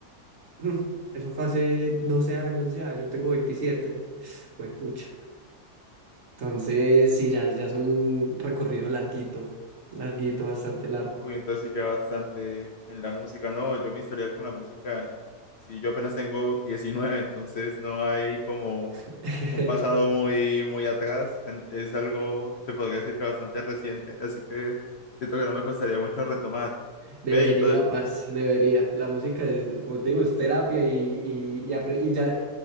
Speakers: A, on the right; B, on the left.
A: <laughs> eso fue hace 12 años ya, yo tengo 27 <sighs> pucha. Entonces, sí, ya, ya es un recorrido larguito, larguito, bastante largo.
B: Uy, entonces sí ya bastante en la música. No, yo mi historial con la música, sí, yo apenas tengo diecinueve entonces no hay como
A: <laughs>
B: un pasado muy, muy atrás. En- Es algo, se podría decir que bastante reciente, así que siento que no me costaría mucho retomar.
A: Debería,
B: Ve, y, todo
A: parce, debería. La música es, como te digo, es terapia y, y, y apre- y ya